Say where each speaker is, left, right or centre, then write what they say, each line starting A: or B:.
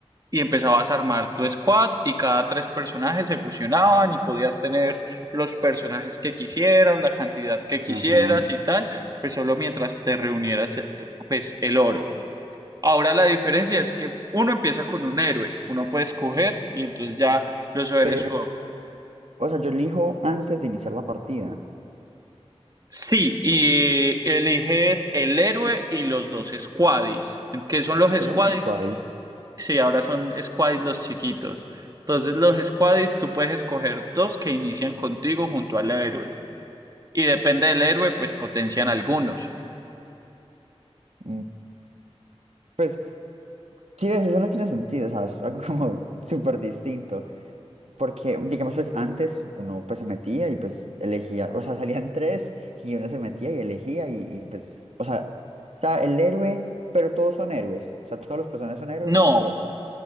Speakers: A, on the right (about 35°); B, on the right (about 85°).
A: y empezabas a armar tu squad y cada tres personajes se fusionaban y podías tener los personajes que quisieras, la cantidad que quisieras
B: Ajá.
A: y tal, pues solo mientras te reunieras eh, pues el oro. Ahora la diferencia es que uno empieza con un héroe, uno puede escoger y entonces ya los héroes
B: Pero, o sea, yo elijo antes de iniciar la partida.
A: Sí, y eliges el héroe y los dos squaddies. ¿Qué son los squaddies?
B: Se llaman squads.
A: Sí, ahora son squaddies los chiquitos. Entonces, los squaddies, tú puedes escoger dos que inician contigo junto al héroe. Y depende del héroe, pues potencian algunos.
B: Mm, Pues, sí, ves, eso no tiene sentido, o sea, es algo como <laughs> súper distinto. Porque, digamos, pues antes uno pues se metía y pues elegía, o sea, salían tres y uno se metía y elegía y, y, pues, o sea, o sea, el héroe, pero todos son héroes, o sea, todos los personajes son héroes
A: No,
B: o solo,